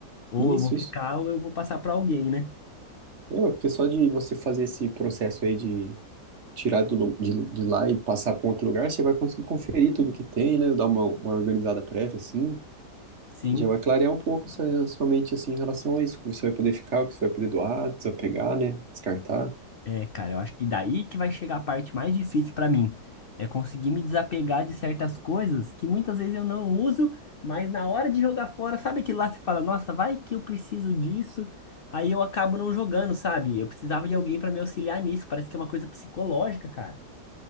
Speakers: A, on the left (about 70°); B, on the right (about 45°).
A: Ou
B: Isso,
A: eu vou ficar
B: isso.
A: ou eu vou passar para alguém, né?
B: É, ué, porque só de você fazer esse processo aí de tirar do, lu- de, de lá e passar para um outro lugar, você vai conseguir conferir tudo que tem, né? Dar uma, uma organizada prévia, assim,
A: Sim,
B: Já vai clarear um pouco essa sua mente assim em relação a isso, que você vai poder ficar, o que você vai poder doar, desapegar, né? Descartar.
A: é, cara, eu acho que daí que vai chegar a parte mais difícil pra mim. É conseguir me desapegar de certas coisas que muitas vezes eu não uso, mas na hora de jogar fora, sabe que lá você fala, nossa, vai que eu preciso disso, aí eu acabo não jogando, sabe? Eu precisava de alguém pra me auxiliar nisso, parece que é uma coisa psicológica, cara.